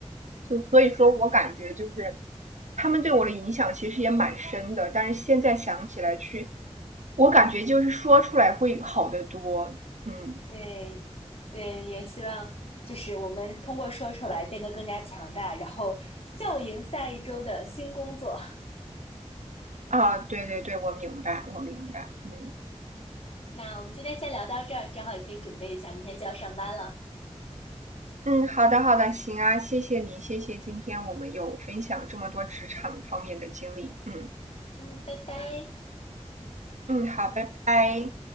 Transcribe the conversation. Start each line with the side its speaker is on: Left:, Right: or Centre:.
Right: 就所以说我感觉就是他们对我的影响其实也蛮深的，但是现在想起来去，我感觉就是说出来会好得多。嗯
Left: 对，对，也希望就是我们通过说出来变得更加强大，然后笑迎下一周的新工作。
Right: 啊，对对对，我明白，我明白。嗯
Left: 那我们今天先聊到这儿，正好也可以准备一下，明天就要上班了。
Right: 嗯，好的好的，行啊，谢谢您，谢谢今天我们有分享这么多职场方面的经历。嗯
Left: 嗯，拜拜。
Right: 嗯，好，拜拜。